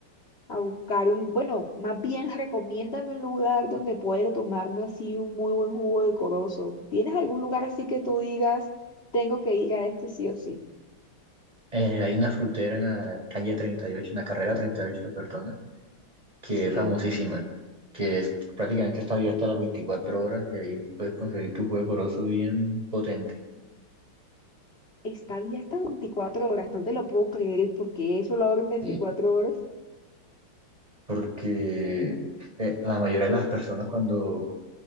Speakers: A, on the left; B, on the right.
A: a buscar un, bueno, más bien recomiéndame un lugar donde pueda tomarme así un muy buen jugo de corozo. ¿Tienes algún lugar así que tú digas, tengo que ir a este sí o sí?
B: Eh, hay una frutera en la calle 38, en la carrera 38, perdona, que
A: Sí,
B: es famosísima, que es, prácticamente está abierta las 24 horas y ahí puedes conseguir tu jugo de corozo bien potente.
A: está abierta veinticuatro horas, no te lo puedo creer, porque eso lo abren 24
B: Sí,
A: horas?
B: porque eh, la mayoría de las personas cuando